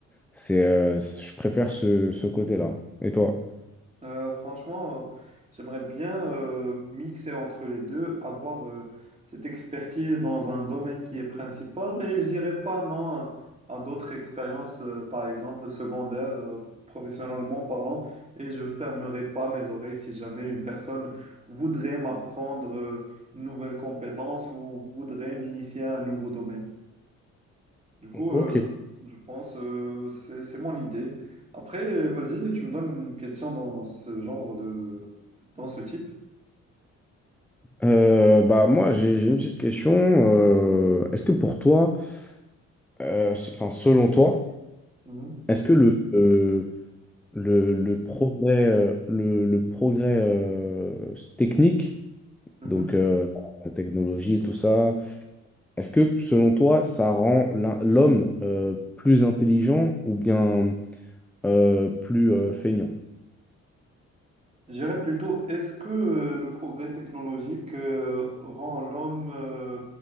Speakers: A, in the centre; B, on the right (about 20°).
A: c'est, euh, je préfère ce, ce côté-là. Et toi?
B: Euh, franchement, euh, j'aimerais bien euh, mixer entre les deux, avoir euh, cette expertise dans un domaine qui est principal et je dirais pas non à, à d'autres expériences, euh, par exemple secondaires, euh, professionnellement parlant, et je fermerai pas mes oreilles si jamais une personne voudrait m'apprendre euh, une nouvelle compétence ou voudrait m'initier à un nouveau domaine. Du coup,
A: Ok.
B: euh, je, je pense euh, c'est c'est mon idée. Après, vas-y, tu me donnes une question dans ce genre de dans ce type.
A: Euh, bah moi, j'ai, j'ai une petite question. euh, est-ce que pour toi, euh, s- enfin selon toi,
B: Mhm.
A: est-ce que le, euh, le, le progrès, euh, le, le progrès euh, technique
B: Mhm.
A: Donc, euh, la technologie, tout ça. Est-ce que, selon toi, ça rend l'in- l'homme euh, plus intelligent ou bien euh, plus euh, feignant?
B: Je dirais plutôt, est-ce que euh, le progrès technologique euh, rend l'homme euh,